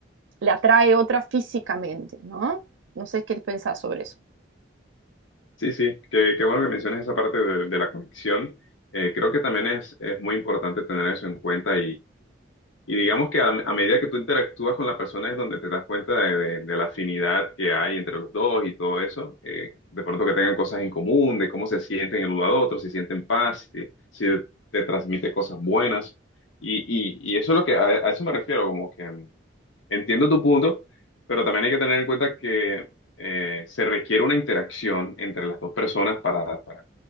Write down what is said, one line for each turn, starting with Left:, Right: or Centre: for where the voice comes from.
Right: le atrae otra físicamente, ¿no? No sé qué pensás sobre eso.
Left: Sí, sí, qué, qué bueno que menciones esa parte de, de la conexión. Eh, creo que también es, es muy importante tener eso en cuenta Y digamos que a, a medida que tú interactúas con la persona es donde te das cuenta de, de- de la afinidad que hay entre los dos y todo eso. eh, de pronto que tengan cosas en común, de cómo se sienten el uno al otro, si sienten paz, si, si te transmite cosas buenas. Y, y- y eso es lo que, a, a eso me refiero, como que mm, entiendo tu punto, pero también hay que tener en cuenta que eh, se requiere una interacción entre las dos personas para para